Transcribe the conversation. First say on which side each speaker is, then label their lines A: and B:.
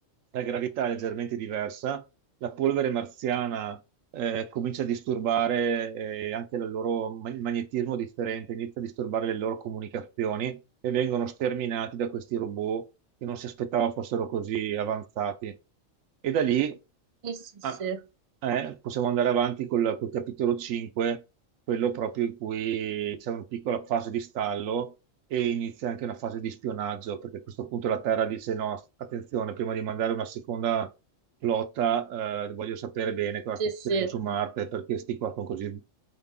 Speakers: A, on the right; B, on the right.
A: la gravità è leggermente diversa, la polvere marziana eh, comincia a disturbare eh, anche il loro ma- il magnetismo differente, inizia a disturbare le loro comunicazioni e vengono sterminati da questi robot che non si aspettava fossero così avanzati. E da lì
B: sì, sì.
A: ah,
B: sì.
A: eh, possiamo andare avanti col, col capitolo 5, quello proprio in cui c'è una piccola fase di stallo e inizia anche una fase di spionaggio, perché a questo punto la Terra dice no, attenzione, prima di mandare una seconda flotta, eh, voglio sapere bene cosa
B: Sì,
A: sta succedendo
B: sì,
A: su Marte, perché sti qua sono così